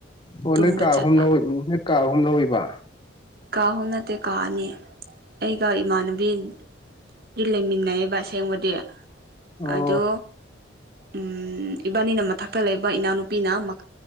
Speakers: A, on the left (about 25°); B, on the right (about 55°).
A: ꯑꯣꯅ
B: ꯇꯨꯝꯕ
A: ꯀꯥ
B: ꯆꯠꯄ
A: ꯍꯨꯝꯅ ꯀꯥ ꯑꯨꯝ ꯂꯧꯕ
B: ꯀꯥ ꯑꯍꯨꯝ ꯅꯠꯇꯦ ꯀꯥ ꯑꯅꯤ ꯑꯩꯒ ꯏꯃꯥꯟꯅꯕꯤꯗꯤ ꯂꯩꯃꯤꯟꯅꯩꯑꯕ ꯑꯁꯦꯡꯕꯗꯤ
A: ꯑꯣ
B: ꯑꯗꯣ꯫ ꯎꯝ ꯏꯕꯥꯅꯤꯅ ꯃꯊꯛꯇ ꯂꯩꯕ ꯏꯅꯥꯎꯅꯨꯄꯤꯅ ꯃ